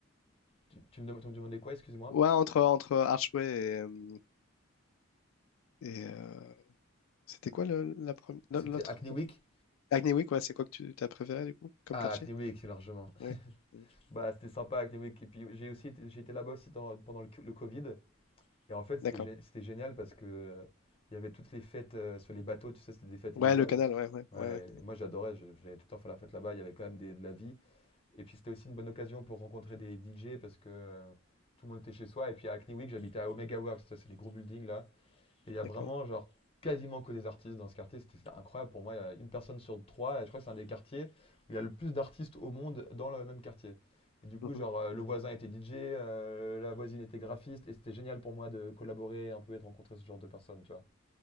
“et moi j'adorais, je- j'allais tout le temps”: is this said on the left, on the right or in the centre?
Left